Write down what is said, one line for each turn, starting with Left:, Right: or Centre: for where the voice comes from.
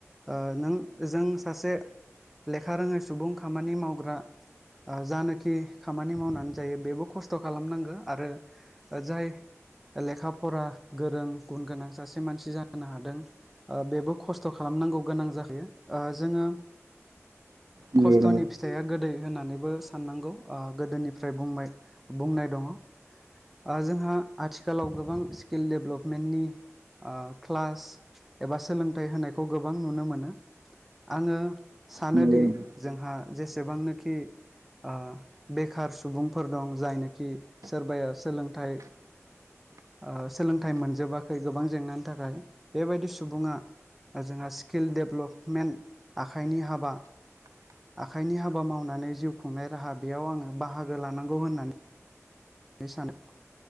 Centre: ओ नों जों सासे लेखा रोङै सुबुं खामानि मावग्रा ओ जानोखि खामानि मावनानै जायो बेबो खस्थ' खालामनांगो आरो ओ जाय लेखा फरा गोरों गुन गोनां सासे मानसि जानो हादों। बेबो खस्थ' खालामनांगौ गोनां जाखायो ओ जोङो
Right: नंगौ
Centre: खस्थ'नि
Right: नंगौ
Centre: फिथाइया गोदै होननानैबो साननांगौ ओ गोदोनिफ्राय बुंनाय -बुंनाय दङ। ओ जोंहा आथिखालाव गोबां स्किल दडेभ्लपमेन्टनि ओ क्लास एबा सोलोंथाइ होनायखौ गोबां नुनो मोनो। आङो सानोदि
Right: नोंथां
Centre: जोंहा जेसेबांनोखि ओ बेखार सुबुंफोर दं जायनाखि सोरबाया सोलोंथाइ ओ सोलोंथाइ मोनजोबाखै गोबां जेंनानि थाखाय बेबायदि सुबुङा जोंहा स्किल डेभेलपमेन्ट आखाइनि हाबा आखाइनि हाबा मावनानै जिउ खुंनाय राहा बेयाव आङो बाहागो लानांगौ होननानै सानो